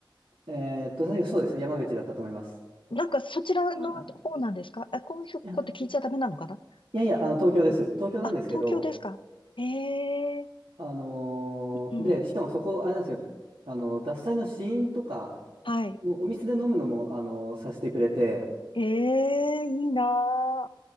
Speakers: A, on the right; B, on the left.
A: えーっと、確かそうです。山口だったと思います。
B: なんかそちらの方なんですかあ、
A: あ、
B: こういうこと聞いちゃダメなのかな
A: いや、いやいや、あの、東京です。
B: うんあ、
A: 東京なんですけど、
B: 東京ですかええ
A: あのーで、
B: うん。
A: しかもそこ、あれなんですよ、あの、獺祭の試飲とか、
B: はい。
A: もうお店で飲むのも、あの、させてくれて、
B: ええいいなあ。